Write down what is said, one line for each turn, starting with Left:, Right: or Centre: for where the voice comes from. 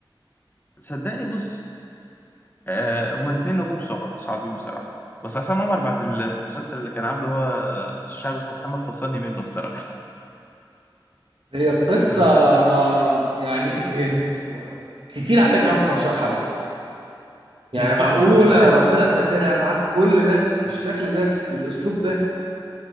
Left: صدقني بص آه هما الاثنين نجوم صعد صاعدين بصراحه بس عصام عمر بعد ال- المسلسل اللي كان عامله هو نص شعب اسمه محمد فصلني منه بصراحه
Right: هي القصه
Left: <laughs> المسلسل
Right: آه، يعني آه، كتير عليها كمان 15 حلقه يعني
Left: هي كتير
Right: معقوله
Left: عليها اربع حلقات
Right: ربنا ساترها معاك كل ده بالشكل ده بالاسلوب ده